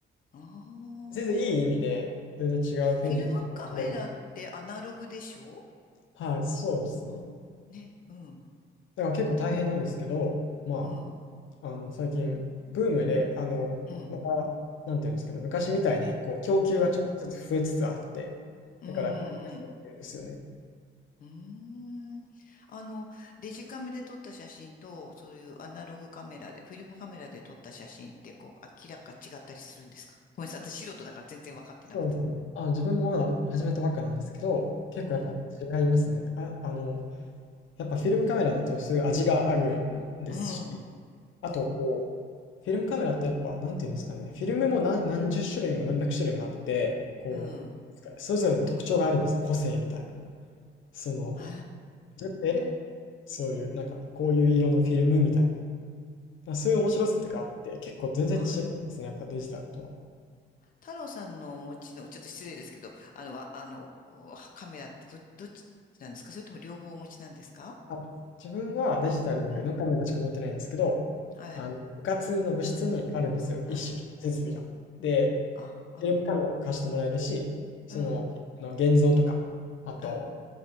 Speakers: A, on the left (about 45°); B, on the left (about 75°).
A: ああ。
B: 全然いい意味で、全然違う雰囲気で写真が撮れるんで。
A: フィルムカメラってアナログでしょ
B: はい、そうですね。
A: あ、ね。うん、
B: だから結構大変なんですけど、ま
A: うん、
B: あ、あの、最近、ブームで、あの、
A: うん、
B: ま、
A: うん、
B: また、なんていうんですかね、昔みたいに、こう、供給がちょっとずつ増えつつあって、
A: うん、うん、
B: だから、始めやすくなってるんですよね。
A: うん。うーん。あの、デジカメで撮った写真と、そういうアナログカメラで、フィルムカメラで撮った写真って、こう、明らか違ったりするんですかごめんなさい、私素人だから全然分かってなくて。
B: そうですね。あ、自分もまだ始めたばっかなんですけど、結構やっぱ違いますね。
A: うん、
B: あ、あの、やっぱフィルムカメラだとそういう味があるんですし、
A: うん、
B: あとこう、
A: うん、
B: フィルムカメラってやっぱ、なんていうんですかね、フィルムも何、何十種類も何百種類もあって、こう、
A: うん。
B: それぞれの特徴があるんですよ、個性みたいな。その、
A: へ
B: 自分で
A: え。
B: そういう、なんか、こういう色のフィルムみたいな。まあ、そういう面白さとかあって、
A: あー
B: 結構全然違いますね、
A: はい。
B: やっぱデジタルとは。
A: 太郎さんのお持ちの、ちょっと失礼ですけど、あの、わあの、おカメラってど、どっちなんですかそれとも両方お持ちなんですか
B: あ、自分はデジタルのカメラしか持ってないんですけど、
A: うん。はい。
B: あの、部活の部室にあるんですよ、
A: はい。
B: 一式設備が。で、
A: あ、
B: フィルムカメラも貸してもらえるし、その、
A: うん、うん、
B: フィルムの現像とか、あと、
A: うん。